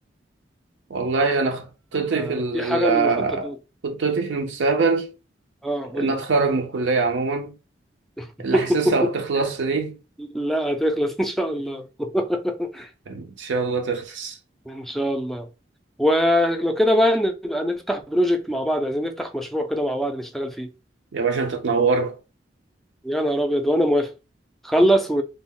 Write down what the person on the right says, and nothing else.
والله انا خطتي
في ال-
آه،
خطتي في المستقبل
ان اتخرج
من الكلية عموما
اللي حاسسها بتخلص دي
ان شاء الله تخلص
يا باشا انت تنور